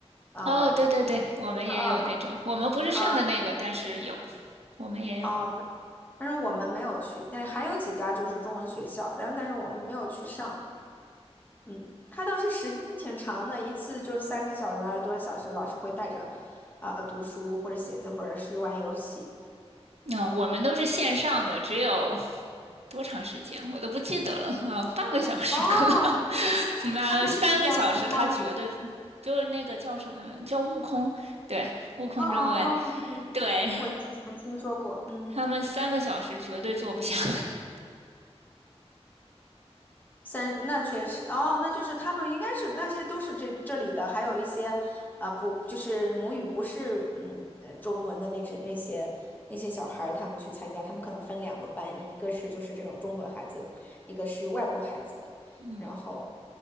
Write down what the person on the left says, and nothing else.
啊
啊啊
啊
哦，对，但是我们没有去，但还有几家就是中文学校，然后但是我们没有去上。嗯，它倒是时间挺长的，一次就是三个小时还是多少小时，老师会带着，啊、读书或者写字或者是玩游戏。
哦，
它就是那种什么，
哦哦哦，对对对，
我之前听说过，嗯。
三，那确实，哦，那就是他们应该是那些都是这这里的，还有一些啊、不就是母语不是嗯呃中文的那只那些那些小孩儿他们去参加，他们可能分两个班，一个是就是这种中国孩子的，一个是外国孩子的，
然后